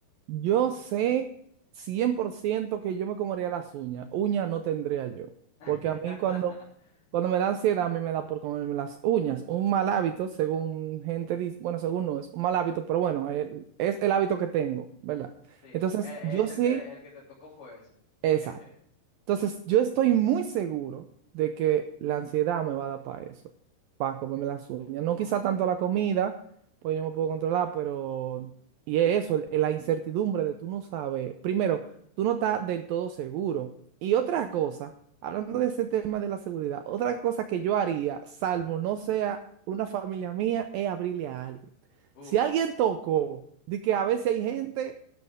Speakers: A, on the right (about 80°); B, on the left (about 50°).
A: Yo sé 100% que yo me comería las uñas. Uñas no tendría yo. Porque
B: <laughs>
A: a mí cuando, cuando me da ansiedad, a mí me da por comerme las uñas. Un mal hábito, según gente dice, bueno, según no es un mal hábito, pero bueno, el- es el hábito que tengo, ¿verdad?
B: Sí,
A: Entonces,
B: e-
A: yo
B: es
A: sé,
B: el que, el que te tocó fue ese.
A: esa.
B: <laughs>
A: Entonces, yo estoy muy seguro de que la ansiedad me va a dar para eso, para comerme las uñas. No
B: Uf,
A: quizá tanto la comida, pues yo me puedo controlar, pero... Y es eso, el- la incertidumbre de tú no sabes. Primero, tú no estás del todo seguro. Y otra cosa, hablando de ese tema de la seguridad, otra cosa que yo haría, salvo no sea una familia mía, es abrirle a alguien.
B: uf,
A: Si alguien tocó, de que a veces hay gente,